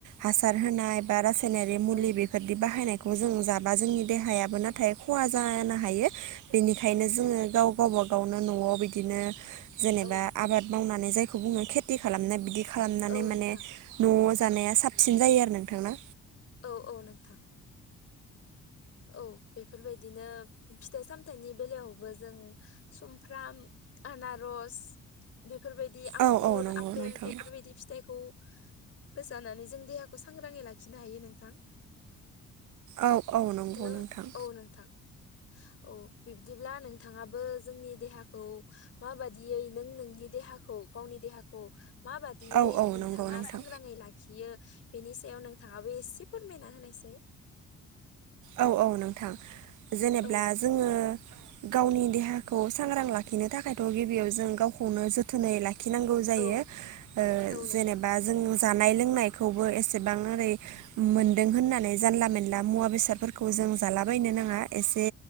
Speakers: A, on the right (about 80°); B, on the left (about 50°).
A: हासार होनाय बा जेनेरिक मुलि
B: औ
A: बेफोरदि बाहायनाय खौ जों जाबा जोंनि देहायाबो नाथाय खहा जानो हायो बेनिखायनो
B: औ
A: जोङो गावबा गावनो न'आव बिदिनो जेनेबा
B: औ
A: आबाद मावनानै जायखौ बुङो खेथि खालामनाय बिदि खालामनानै
B: औ नोंथां
A: माने न'आव जानाया साबसिन जायो आरो नोंथांना
B: औ औ नोंथां। औ बेफोरबायदिनो फिथाइ सामथाइनि बेलायावबो जों सुमफ्राम आनारस बेफोरबायदि आंगुर
A: औ औ नंगौ
B: आपेल
A: नोंथां
B: बेफोरबायदि फिथाइखौ फोसानानै जों देहाखौ सांग्राङै लाखिनो हायो नोंथां।
A: औ औ नंगौ
B: हेलौ
A: नोंथां।
B: औ नोंथां औ बिब्दिब्ला नोंथाङाबो जोंनि देहाखौ माबादियै नों नोंनि देहा देहाखौ गावनि देहाखौ मा बाददियै
A: औ औ
B: नोंथाङा
A: नंगौ नोंथां
B: सांग्राङै लाखियो बेनि सायाव नोंथाङाबो एसे फोरमायना होनायसाय
A: औ औ नोंथां जेनेब्ला
B: औ
A: जोङो गावनि देहाखौ सांग्रां लाखिनो थाखायथ' गिबियाव जों गावखौनो जोथोनै लाखि लाखिनांगौ जायो
B: औ
A: ओ
B: औ नोंथां
A: जेनेबा जों जानाय लोंनायखौबो एसेबां ओरै मोनदों होननानै जानला मेनला मुवा बेसाद फोरखौ जों जालाबायनो नाङा एसे